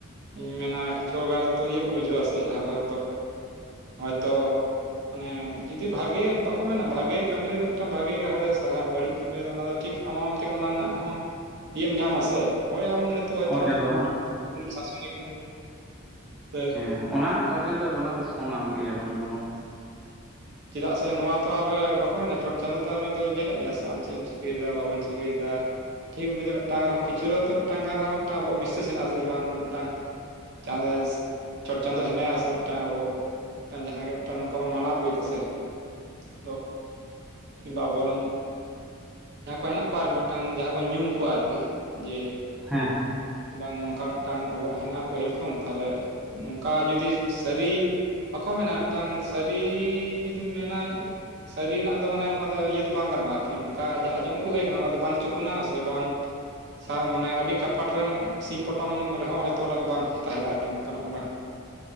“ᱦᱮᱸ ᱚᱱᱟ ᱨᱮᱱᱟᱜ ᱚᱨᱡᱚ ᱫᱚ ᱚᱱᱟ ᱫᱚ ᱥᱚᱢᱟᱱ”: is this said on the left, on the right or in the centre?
Centre